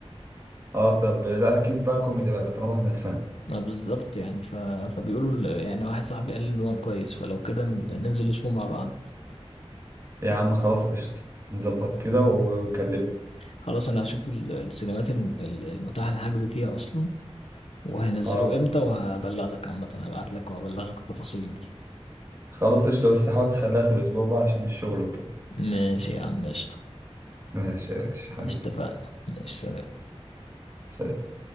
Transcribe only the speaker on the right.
اه طب لا اكيد بقى كوميدي بقى طالما احمد فهمي
يا عم خلاص قشطه نظبط كده و- وكلمني
اه
خلاص قشطه بس حاول تخليها اخر الاسبوع بقى عشان الشغل وكده
ماشي يا باشا حبيبي
سلام.